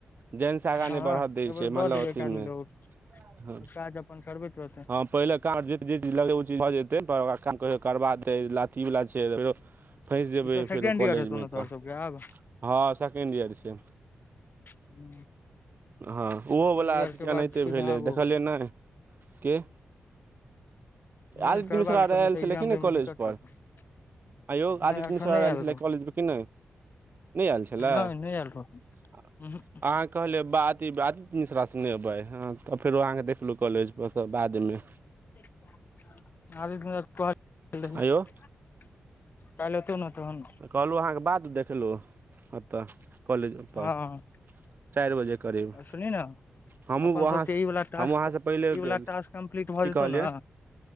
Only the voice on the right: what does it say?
जानि सँ आगा नय
नय बढ़
दै छै मतलब
अथी
मे।
हँ
हँ पहिले। जे चीज लगै ओ चीज भऽ जेतै काम करबा देै लाती वाला छै <unintelligible> फँसि जेबै
फेरो
कॉलेज
मे
तऽ
हँ सेकेण्ड ईयर छै।
हँ
ओहो बला
एथि के
एनाहिते
भैले देखलियै
नय के।
आदित्य
मिश्रा
आर आएल
छलै
कि नय
कॉलेज
पर
आँय यौ
आदित्य मिश्रा।
मिश्रा
आओर आएल
छ्लै
कॉलेज पर कि नय नय एल छलै आहाँ
कहलियै बात। आदित्य मिश्रा संगे एबैए हँ तऽ फेर आहाँ के देखलू कॉलेज पर अत बाद मे।
आंयौ
कहलु अहाँके बाद देखलु ओतऽ कॉलेज
पर। चारि बजे करीब।
हमहूँ
वहाँ
हमहूँ अहाँसँ पहिले
गेल
की
कहलियै